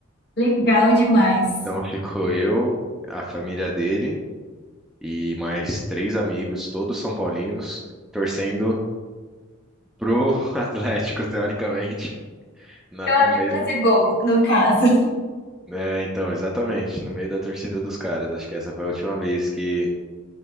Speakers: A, on the left (about 50°); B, in the centre.
A: legal
B: En-
A: demais.
B: en- Então <laughs> ficou eu, a família dele e mais três amigos, todos são paulinos, torcendo pro <laughs> Atlético, teoricamente. Na-
A: Seu
B: no
A: amigo
B: meio,
A: fazer gol, no caso.
B: é, então, exatamente, no meio da torcida dos caras. Acho que essa foi a última vez que,